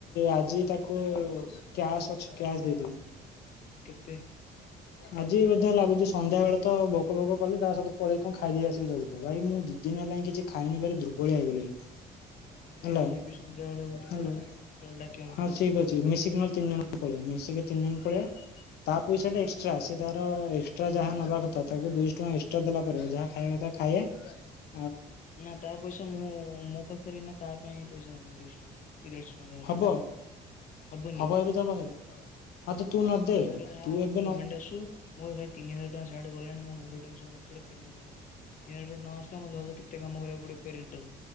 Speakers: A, on the left; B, on the left.
A: ଆଜି ତାକୁ କ୍ୟାସ୍ ଅଛି କ୍ୟାସ୍ ଦେଇଦେବି
B: କେତେ
A: ଆଜି ମଧ୍ୟ ଲାଗୁଛି ସନ୍ଧ୍ୟା ବେଳେ ତ ଭୋକ ଫୋକ କଲେ ତା ସହିତ ପଳେଇ କଣ ଖାଇ ଦେଇେଇ ଆସିବି ଜଳଖିଆ ଭାଇ ମୁଁ ଦି ଦିନ ହେଲାଣି କିଛି ଖାଇନବାର ଦୁର୍ବଳିଆ ହେଇଗଲିଣି
B: ମୁଁ ବି
A: ହେଲା
B: ଆଜି ଯିବି ସନ୍ଧ୍ୟା ବେଳକୁ ଟିକେ
A: ହେଲା
B: ଚାରିଟା ପାଞ୍ଚଟା ବେଳକୁ ଡାକିବ ମତେ
A: ହଁ
B: ଯିବି।
A: ଠିକ ଅଛି ମିଶିକି ନହେଲେ ତିନି ଜଣ ପଳେଇଆ ମିଶିକି ତିନି ଜଣ ପଳେଇ ତା ପଇସା ଟା ଏଷ୍ଟ୍ରା ତାର ଏଷ୍ଟ୍ରା ଯାହା ନେବା କଥା ତାକୁ ଦୁଇଶହ ଟଙ୍କ ଏ ତ ଦେଲା ପରେ ଯାହା ଖାଇବା କଥା ଖାଇବା
B: ନା ତା ପଇସା ମୁଁ ମୋ ପାଖରେ ନା ତା ପାଇଁ ପଇସା ହବନ ଦୁଇଶହ ଟଙ୍କା କି ଦେଢ଼ଶହ ଟଙ୍କା ଯାହା
A: ହବ
B: ଵି ହେଉ ମୁଁ ଦେବି ହବନି
A: ହବ ଏବେ ତା ପାଖରେ ହଁ ତ ତୁ ନ
B: ମୋର ଯାହା
A: ତୁ
B: ହବ
A: ଏବେ
B: ପେମେଣ୍ଟ ଆସୁ ମୋର ଭାଇ ତିନି ହଜାର ଯା ସିଆଡେ ଗଲାଣି ମୋ ମୁଣ୍ଡ ଟେନ୍ସନ ନଥିଲେ ଫେରିବ କିି ନାଇଁ ଆସିଲା ମ ଭ କେତେ କ କରିବାକୁ ପଡିବ